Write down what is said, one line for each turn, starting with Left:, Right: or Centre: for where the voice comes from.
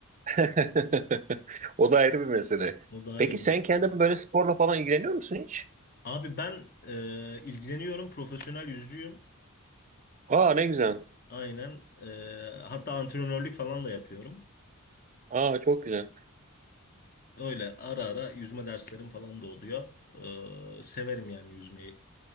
Right: <laughs> O da ayrı bir mesele.
Left: O da ayrı
Right: Peki
Left: bir
Right: sen
Left: mesele.
Right: kendin böyle sporla falan ilgileniyor musun hiç?
Left: Abi ben e, ilgileniyorum profesyonel yüzücüyüm.
Right: Aa ne güzel.
Left: Aynen. Ee, hatta antrenörlük falan da yapıyorum.
Right: Aa çok güzel.
Left: Öyle ara ara yüzme derslerim falan da oluyor. Ee, severim yani yüzmeyi.